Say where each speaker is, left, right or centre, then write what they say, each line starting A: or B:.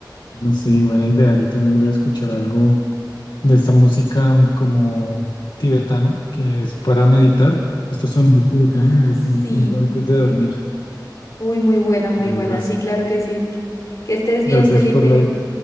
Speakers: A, on the left; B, on the left.
A: Sí, buena idea. Yo también voy a escuchar algo de esta música mm, como tibetana, que es para meditar. Estos sonidos tibetanos
B: Ah,
A: me gustan
B: sí.
A: siempre antes de dormir.
B: Uy, muy buena, muy
A: Bueno,
B: buena.
A: gracias.
B: Sí, claro que sí. Que estés bien,
A: Gracias
B: Felipe.
A: por la... <laughs> idea.